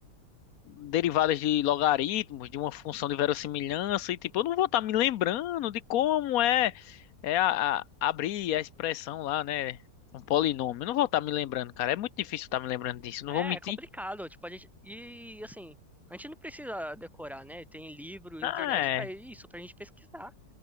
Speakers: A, on the left; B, in the centre.
A: derivadas de logaritmos, de uma função de verossimilhança e tipo, eu não vou estar me lembrando de como é, é a, a- abrir a expressão lá, né? Um polinômio. Eu não vou estar me lembrando, cara. É muito difícil estar me lembrando disso. Não
B: É,
A: vou mentir.
B: é complicado, tipo, a gente, e assim, a gente não precisa decorar, né? Tem livro, internet
A: Ah,
B: pra
A: é.
B: isso, pra gente pesquisar.